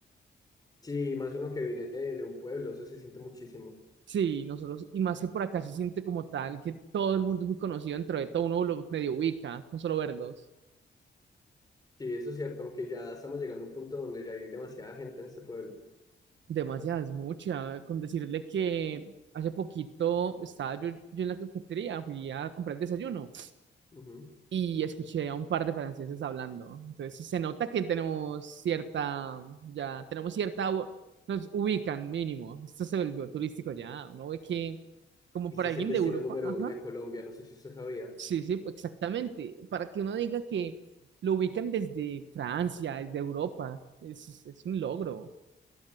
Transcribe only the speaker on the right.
Sí, nosotros, y más que por acá se siente como tal, que todo el mundo es muy conocido dentro de todo, uno lo medio ubica, con solo verlos.
Demasiado, es mucha, con decirle que hace poquito estaba yo, yo en la cafetería, fui a comprar el desayuno
y escuché a un par de franceses hablando. Entonces se nota que tenemos cierta, ya tenemos cierta, u- nos ubican mínimo. Esto se volvió turístico ya, uno ve que como
para
alguien
de Europa,
ajá.
Sí, sí, pues, exactamente. Para que uno diga que lo ubican desde Francia, desde Europa, es, es- es un logro.